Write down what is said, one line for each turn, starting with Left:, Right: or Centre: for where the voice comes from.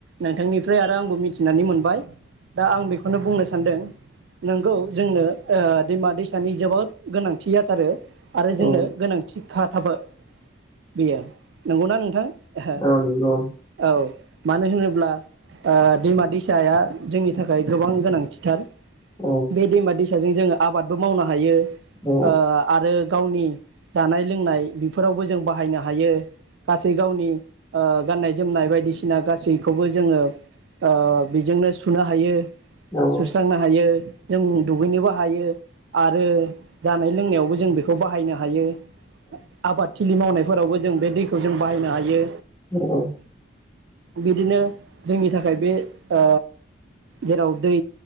Right: नोंथांनिफ्राय आरो आंबो मिथिनानै मोनबाय। दा आं बेखौनो बुंनोस सानदों नंगौ जोंनो ओ दैमा दैसानि जोबोद गोनांथि जाथारो। आरो
Left: औ
Right: जोंनो गोनांथि। हा थाबो। बेयो नंगौना नोंथां ओहो
Left: औ नंगौ
Right: औ मानो होनोब ब्ला ओ दैमा दैसाया जोंनि थाखाय गोबां गोनांथिथार।
Left: औ
Right: बे दैमा दैस साजों जोङो आबादबो मावनो हायो। ओ
Left: औ
Right: आरो। गावनि जानाय लोंनाय बेफोरावबो जों बाहायनो हायो। गासै गावनि। ओ गाननाय जोमनाय बायदिसिना गासैखौबो जोङो ओ बेजोंनो सुनो हायो।
Left: औ
Right: सुस्रांनो हायो। जों दुगैनोबो हायो। आरो जानाय लोंनायावबो जों बेखौ बाहायनो हायो। आबाद थि थिलि मावनायफोरावबो जों बे दैखौ जों बाहायनो हायो।
Left: औ
Right: बिदिनो जोंनि थाखाय बे ओ जेराव दै